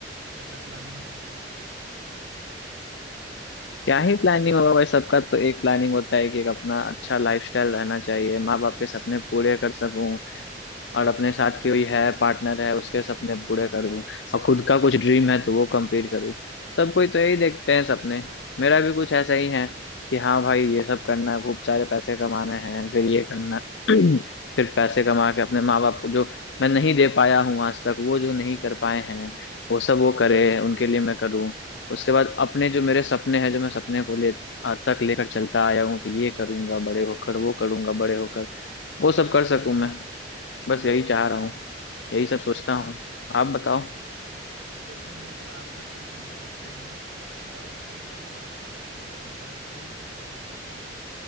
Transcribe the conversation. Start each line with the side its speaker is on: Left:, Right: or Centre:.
Right: कैसा प्लानिंग है आपका
Left: क्या ही प्लानिंग होगा भाई सबका तो एक प्लानिंग होता है कि एक अपना अच्छा लाइफस्टाइल रहना चाहिए माँ बाप के सपने पूरे कर सकूं और अपने साथ कोई है पार्टनर है उसके सपने पूरे करूँ और खुद का कुछ ड्रीम है तो वो कंप्लीट करूँ सब कोई तो यही देखते हैं सपने मेरा भी कुछ ऐसा ही है कि हाँ भाई ये सब करना है खूब सारे पैसे कमाने हैं फिर ये करना <clears throat> फिर पैसे कमा के अपने माँ बाप को जो मैं नहीं दे पाया हूँ आज तक वो जो नहीं कर पाए हैं वो सब वो करे उनके लिए मैं करूँ उसके बाद अपने जो मेरे सपने हैं जो मैं सपने को ले आज तक लेकर चलता आया हूँ कि ये करूंगा बड़े होकर वो करूंगा बड़े होकर वो सब कर सकूं मैं बस यही चाह रहा हूँ यही सब सोचता
Right: बिल्कुल
Left: हूँ आप बताओ
Right: बिल्कुल बिल्कुल बिल्कुल आपका सोचना बहुत सही है और एक स्टूडेंट एक विद्यार्थी अ, जो कि